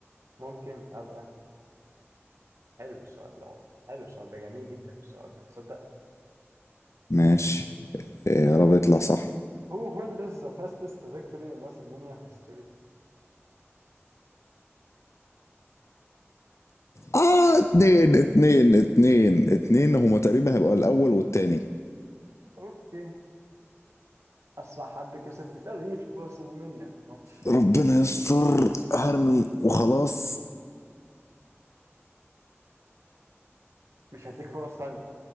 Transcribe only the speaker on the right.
ممكن أبقى حلو السؤال ده والله حلو السؤال ده جميل جدا السؤال ده تصدق
Who holds the fastest victory in WrestleMania history؟
أوكي أسرع حد كسب في تاريخ WrestleMania ماتش
مش هديك فرص تانية